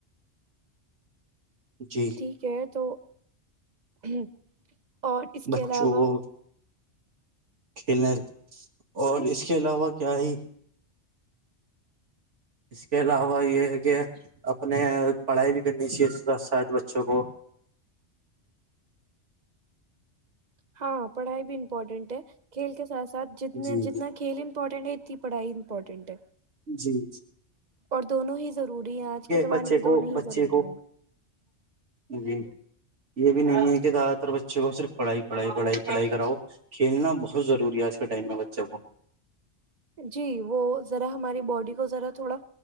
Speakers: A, on the right; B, on the right.
A: جی
B: ٹھیک ہے تو ہوں اور اس
A: بچوں
B: کے علاوہ
A: کو کھیلنے اور اس کے علاوہ کیا ہی اس کے علاوہ یہ ہے کہ اپنے پڑھائی بھی کرنی چاہیے اس شاید بچوں کو
B: ہاں پڑھائی بھی امپورٹینٹ ہے کھیل کے ساتھ سر جتنے
A: جی
B: جتنا
A: جی
B: کھیل امپورٹنٹ ہے کی پڑھائی امپورٹنٹ ہے
A: جی جی
B: اور دونوں ہی ضروری ہے آج کے زمانے
A: بچے
B: میں دونوں
A: کو بچے
B: ہی ضروری
A: کو
B: ہے
A: جی یہ بھی نہیں ہے کہ زیادہ تر بچوں کو صرف پڑھائی پڑھائی پڑھائی پڑھائی کراؤ کھیلنا بہت ضروری ہے آج کے ٹائم میں بچوں کو
B: جی وہ ذرا ہماری باڈی کو ذرا تھوڑا